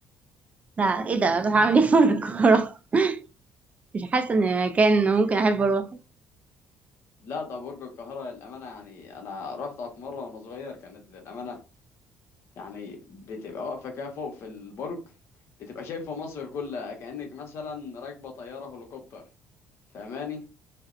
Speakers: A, on the right (about 30°); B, on the left (about 60°).
A: لا إيه ده أروح أعمل إيه في القاهرة <laughs> مش حاسة إن مكان ممكن أحب أروح
B: لا ده برج القاهرة للأمانة يعني أنا رحتها في مرة وأنا صغير كانت للأمانة يعني بتبقى واقفة كده فوق في البرج بتبقى شايفة مصر كلها كأنك مثلا راكبة طيارة هليكوبتر فاهماني؟